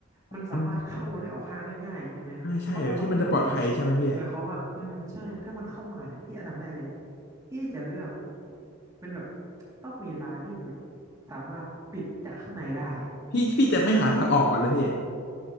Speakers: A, on the right; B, on the left.
A: มันสามารถเข้าและออกห้างได้ง่ายเห็นไหมว่าะถ้าซอมบี้มาบุกเนี่ย
B: มันใช่ใช่ที่มันจะปลอดภัยใช่ไหมพี่
A: หมายความว่าอืมใช่ถ้ามันเข้ามาเนี่ยพี่อันดับแรกเลยพี่จะเลือกเป็นแบบต้องมีร้านที่มันแบบสามารถปิดจากข้างในได้
B: พี่พี่จะไม่หาทางออกก่อนเลยพี่
A: แล้วก็แบบ